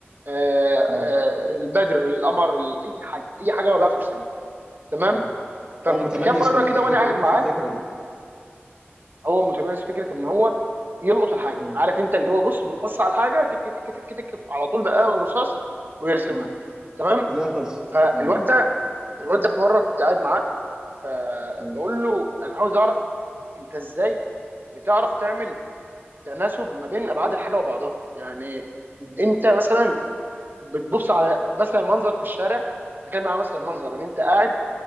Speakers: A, on the right; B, on the right.
A: آه، آه،
B: مم.
A: البدر القمر ال- اي حاجه اي حاجه هو بيعرف يرسمها تمام
B: مم.
A: ففي
B: هو متميز
A: كام مره
B: في ال-
A: كده
B: في
A: وانا
B: فكرة
A: قاعد معاه
B: في الفكرة دي
A: هو متميز في فكره ان هو يلقط الحاجه
B: مم.
A: عارف انت اللي هو
B: مم.
A: بص بص على الحاجه تك تك تك تك على طول بقلم الرصاص ويرسمها
B: مم.
A: تمام
B: تلاقيها خلصت
A: فالواد
B: مم.
A: ده الواد ده في مره كنت قاعد معاه فبقول
B: مم.
A: له انا عاوز اعرف انت ازاي بتعرف تعمل تناسب ما بين ابعاد الحاجه وبعضها يعني
B: مم.
A: انت مثلا بتبص على مثلا منظر في الشارع تخيل معايا مثلا منظر ان انت قاعد